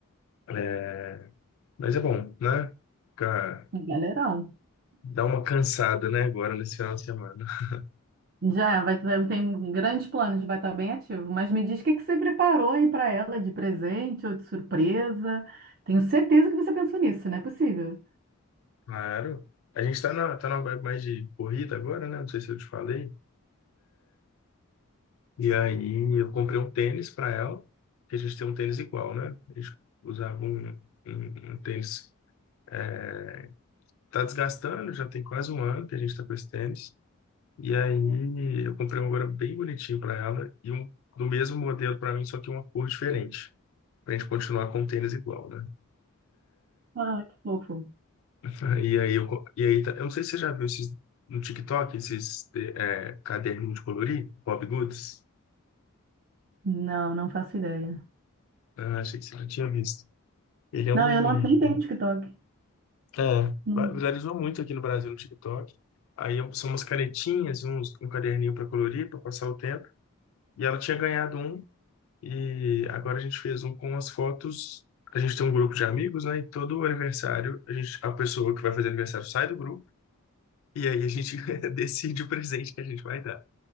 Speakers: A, on the left (about 65°); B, on the right (about 45°).
A: É, mas é bom, né? Fica-
B: Galerão.
A: dá uma cansada, né, agora nesse final de semana. <laughs>
B: Já é, vai ter- tem grandes planos, vai estar bem ativo. Mas me diz o que que você preparou aí para ela de presente ou de surpresa. Tenho certeza que você pensou nisso, não é possível.
A: Claro. A gente tá na, tá numa vibe mais de corrida agora, né? Não sei se eu te falei. E aí eu comprei um tênis para ela, que a gente tem um tênis igual, né? A gente usava um, um, um tênis. é, Tá desgastando, já tem quase um ano que a gente tá com esse tênis. E aí eu comprei um agora bem bonitinho para ela e um do mesmo modelo para mim, só que uma cor diferente, para a gente continuar com o tênis igual, né?
B: Ah, que fofo.
A: <laughs> E aí eu, co- e aí tá- eu não sei se você já viu esses no TikTok, esses é, caderninho de colorir, Bob Goods.
B: Não, não faço ideia.
A: Ah, achei que você já tinha visto. Ele é
B: Não,
A: um,
B: eu não nem tenho TikTok.
A: é,
B: Não.
A: viralizou muito aqui no Brasil no TikTok. Aí são umas canetinhas, e uns, um caderninho para colorir, para passar o tempo. E ela tinha ganhado um E agora a gente fez um com as fotos. A gente tem um grupo de amigos, né? E todo aniversário, a gente, a pessoa que vai fazer aniversário sai do grupo e aí a gente <laughs> decide o presente que a gente vai dar